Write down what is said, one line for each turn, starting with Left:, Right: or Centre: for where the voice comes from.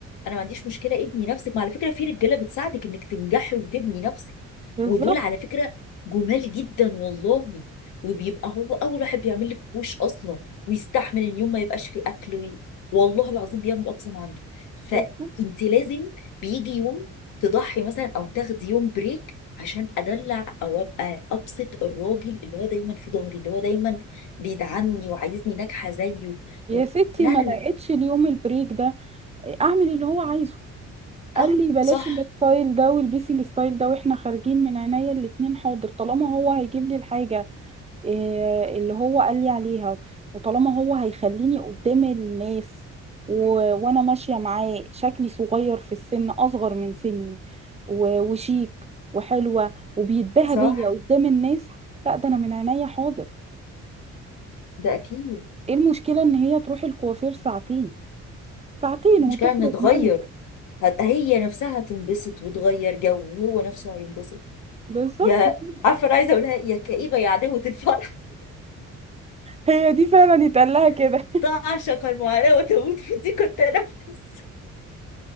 Left: انا ما عنديش مشكله ابني نفسك ما على فكره في رجاله بتساعدك انك تنجحي وتبني نفسك
Right: بالظبط
Left: ودول على فكره جمال جدا والله وبيبقى هو اول واحد بيعمل لك بوش اصلا ويستحمل ان يوم ما يبقاش فيه اكل وي... والله العظيم بيعمل اقصى ما عنده فانت
Right: بالظبط
Left: لازم بيجي يوم تضحي مثلا او تاخدي يوم بريك عشان ادلع او ابقى ابسط الراجل اللي هو دايما في ظهري اللي هو دايما بيدعمني وعايزني ناجحة زيه
Right: يا
Left: و...
Right: ستي
Left: لا
Right: ما
Left: لا
Right: لقيتش
Left: لا
Right: اليوم البريك ده اعمل اللي هو عايزه قال
Left: اه
Right: لي بلاش
Left: صح
Right: الستايل ده والبسي الستايل ده واحنا خارجين من عينيا الاتنين حاضر طالما هو هيجيب لي الحاجة إيه اللي هو قال لي عليها وطالما هو هيخليني قدام الناس و... وانا ماشيه معاه شكلي صغير في السن اصغر من سني و... وشيك وحلوه وبيتباهى
Left: صح
Right: بيا قدام الناس لا ده انا من عينيا حاضر
Left: ده أكيد
Right: ايه المشكله ان هي تروح الكوافير ساعتين ساعتين
Left: مش
Right: وتخرج
Left: كان نتغير
Right: ملكه
Left: هت... هي نفسها هتنبسط وتغير جو وهو نفسه هينبسط
Right: بالظبط
Left: يا
Right: كده
Left: عارفة أنا عايزة أقولها يا كئيبة يا عدوة الفرح
Right: هي دي فعلا يتقال لها كده
Left: <laughs> تعشق المعاناة وتموت في ضيق التنفس